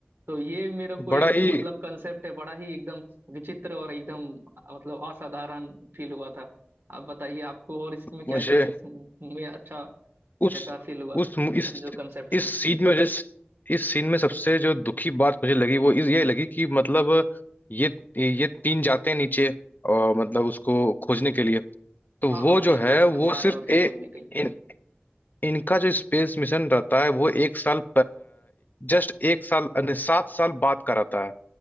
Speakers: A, on the right; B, on the left.
A: तो ये मेरे
B: बड़ा
A: को एक
B: ही
A: जो मतलब कंसेप्ट है बड़ा ही एकदम विचित्र और एकदम मतलब असाधारण फील हुआ था आप बताइए आपको और इसमें क्या
B: मुझे
A: क्या इसमें अच्छा
B: उस
A: ऐसा फील हुआ
B: उस इस
A: जो कंसेप्ट
B: इस
A: हैं
B: सीन में जिस इस सीन में सबसे जो दुखी बात मुझे लगी वो इस ये लगी कि मतलब ये ये तीन जाते हैं नीचे और मतलब उसको खोजने के लिए तो
A: हाँ
B: वो
A: हाँ हाँ
B: जो
A: एकदम
B: है
A: एकदम
B: वो
A: जा
B: सिर्फ
A: रहे होते
B: ए,
A: हैं खोजने के लिए
B: इन, इनका जो स्पेस मिशन रहता है वो एक साल जस्ट एक साल नहीं, सात साल बाद का रहता है